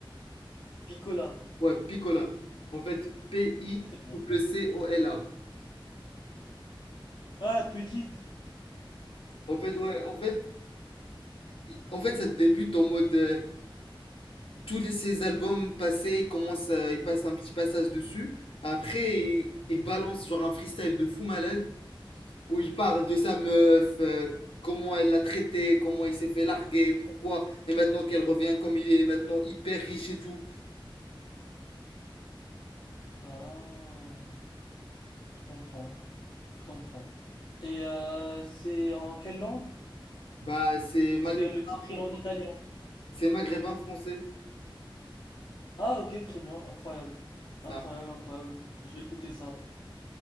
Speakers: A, on the left; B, on the left.
A: Picola.
B: Ouais, Picola. En fait, P-I-C-O-L-A.
A: Très bien. Ah, petite.
B: En fait, ouais, en fait, i- en fait, ça débute en mode euh, tous les- ces albums passés, ils commencent, à- ils passent un petit passage dessus. Après, il, il balance genre un freestyle de fou malade où il parle de sa meuf, euh, comment elle l'a traité, comment il s'est fait larguer, pourquoi, et maintenant qu'elle revient comme il est, maintenant hyper riche et tout.
A: Ah, je comprends. Je comprends. Et euh, c'est en quelle langue?
B: Bah, c'est
A: Parce
B: maghrébin
A: que le titre,
B: français.
A: il est en italien.
B: C'est maghrébin français.
A: Ah, ok, très bien. Incroyable.
B: C'est
A: Incroyable,
B: un-
A: incroyable. Je vais écouter ça.